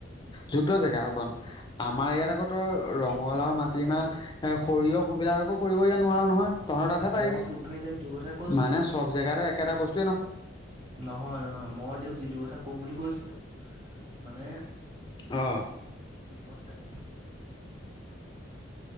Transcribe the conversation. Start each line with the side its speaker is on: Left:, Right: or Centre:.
Left: যুক্ত জেগা অকণ। আমাৰ ইয়াত আগ তো ৰঙালাও
Right: এতিয়া
Left: মাটিমাহ।
Right: মই যে
Left: এ' সৰিয়হ সুবিধাকো কৰিবই নোৱাৰো নহয়। তহতৰ তাতে পাৰিবি,
Right: মই তোক মানে এতিয়া যিটো কথা কৈছো
Left: মানে
Right: যে
Left: সব জোগাতে একেটা বস্তু।
Right: নহয় নহয়, মই তেওঁক যিটো কথা। কম বুলি কৈছিলো মানে।
Left: অঁ।
Right: <unintelligible>